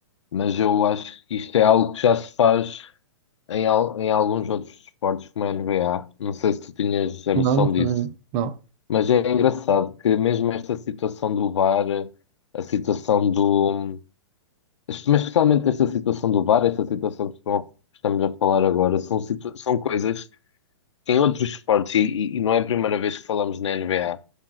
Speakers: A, on the left; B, on the right.
A: mas eu acho que isto é algo que já se faz em, al- em alguns outros esportes, como a NBA, não sei se tu tinhas a
B: Não,
A: noção
B: não sabia.
A: disso,
B: Não.
A: mas é engraçado que mesmo esta situação do VAR, eh, a situação do. este- Mas especialmente esta situação do VAR, esta situação que estão- estamos a falar agora, são, situ- são coisas que em outros esportes, e, e- e não é a primeira vez que falamos na NBA,